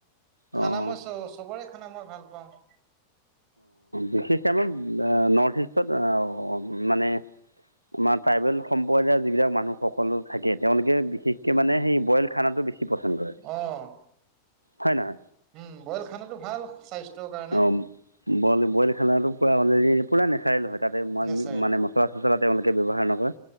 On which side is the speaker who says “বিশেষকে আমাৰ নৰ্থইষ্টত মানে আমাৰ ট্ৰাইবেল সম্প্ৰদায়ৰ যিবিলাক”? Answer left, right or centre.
Right